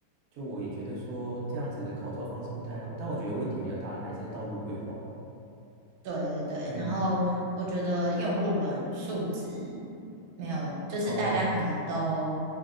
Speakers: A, on the right (about 70°); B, on the right (about 80°).
A: 就我也觉得说这样子的考照方式不太好，但我觉得问题比较大的还是道路规划。
B: 对对对，
A: 嗯，
B: 然后我觉得用路人素质没有，就是大家可能都
A: 哦